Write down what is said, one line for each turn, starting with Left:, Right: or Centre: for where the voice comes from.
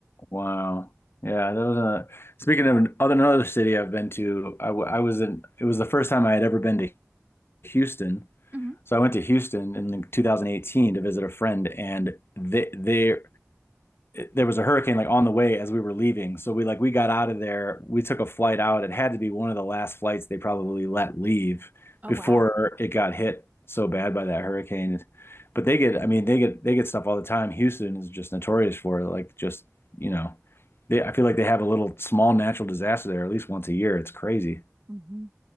Left: Wow. Yeah, that was a, speaking of another another city I've been to, I, w- I was in it was the first time I had ever been to Houston
Right: hmm
Left: So I went to Houston in 2018 to visit a friend, and they, they there was a hurricane like on the way as we were leaving. So we like we got out of there. We took a flight out. It had to be one of the last flights they probably let leave
Right: Oh,
Left: before
Right: wow.
Left: it got hit so bad by that hurricane. But they get, I mean, they get they get stuff all the time. Houston is just notorious for it. Like just, you know, they I feel like they have a little small natural disaster there at least once a year. It's crazy.
Right: hmm